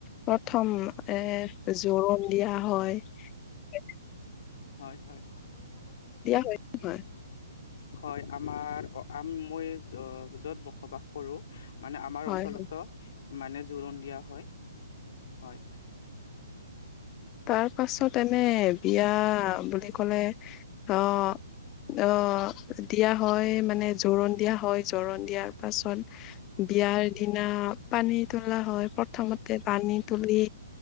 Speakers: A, on the left; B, on the left.
A: প্ৰথম এ জোৰোণ দিয়া হয় এ
B: হয় হয়
A: হয় নহয়?
B: হয় আমাৰ আম মই য'ত বসবাস কৰো মানে আমাৰ
A: হয়
B: অঞ্চলতো
A: হয়
B: মানে জোৰোণ দিয়া হয় হয়।
A: তাৰ পাছত এনে মানে বিয়া বুলি কলে অহ অহ দিয়া হয় মানে জোৰোণ দিয়া হয় জোৰোণ দিয়াৰ পাছত বিয়াৰ দিনা পানী তোলা হয় প্ৰথমতে পানী তুলি